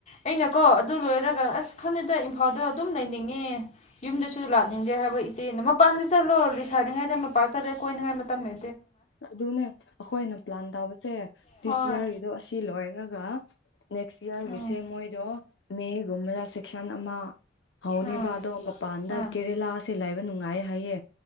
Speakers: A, on the left; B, on the left.
A: ꯑꯩꯅꯀꯣ ꯑꯗꯨ ꯂꯣꯏꯔꯒ ꯑꯁ ꯈꯟꯅꯗ ꯏꯝꯐꯥꯜꯗ ꯑꯗꯨꯝ ꯂꯩꯅꯤꯡꯉꯦ ꯌꯨꯝꯗꯁꯨ ꯂꯥꯛꯅꯤꯡꯗꯦ ꯍꯥꯏꯕ ꯏꯆꯦꯅ ꯃꯄꯥꯟꯗ ꯆꯠꯂꯣ ꯂꯤꯁꯔꯤꯉꯩꯗ ꯃꯄꯥꯟ ꯆꯠꯂ ꯀꯣꯏꯅꯅꯨꯡ ꯃꯝꯃꯦ
B: ꯑꯗꯨꯅꯦ ꯑꯩꯈꯣꯏꯅ ꯄ꯭ꯂꯥꯟ ꯇꯧꯕꯁꯦ
A: ꯍꯣꯏ
B: ꯗꯤꯁ ꯌꯌꯥꯔꯒꯤꯗꯣ ꯑꯁꯤ ꯂꯣꯏꯔꯒ ꯅꯦꯛꯁ ꯏꯌꯥꯔꯒꯤꯁꯦ
A: ꯎꯝ
B: ꯃꯣꯏꯗꯣ ꯃꯦꯒꯨꯝꯕꯗ ꯁꯦꯛꯁꯟ ꯑꯃ ꯍꯧꯅꯦꯕ
A: ꯎꯝ ꯎꯝ
B: ꯑꯗꯣ ꯃꯄꯥꯟꯗ
A: ꯑꯣ
B: ꯀꯦꯔꯦꯂꯥꯁꯦ ꯂꯥꯏꯕ ꯅꯨꯡꯉꯥꯏ ꯍꯥꯏꯌꯦ